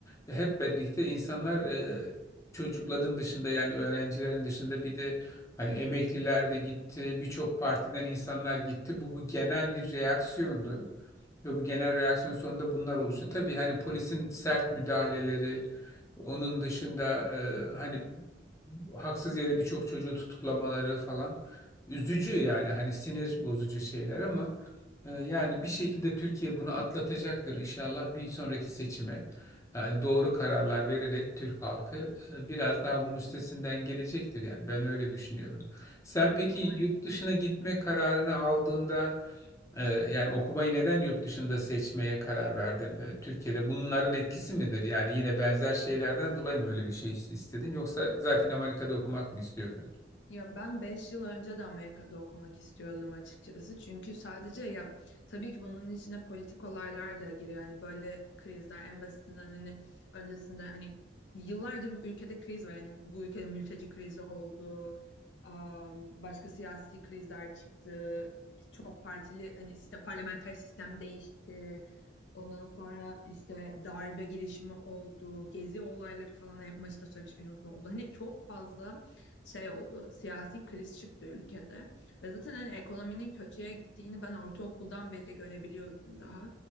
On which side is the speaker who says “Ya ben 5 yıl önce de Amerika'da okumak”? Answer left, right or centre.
Left